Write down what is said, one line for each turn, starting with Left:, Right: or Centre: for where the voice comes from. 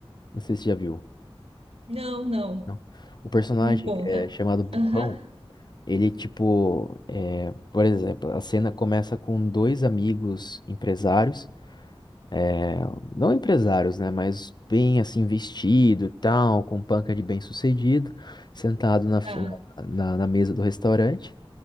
Left: Não sei se você já viu.
Right: Não, não,
Left: não? O personagem
Right: me conta.
Left: é chamado Burrão.
Right: Aham,
Left: Ele, tipo, é, por exemplo, a cena começa com dois amigos empresários, é, não empresários, né, mas bem assim vestido, e tal, com panca de bem-sucedido, sentado na, f-
Right: tá.
Left: na, na mesa do restaurante.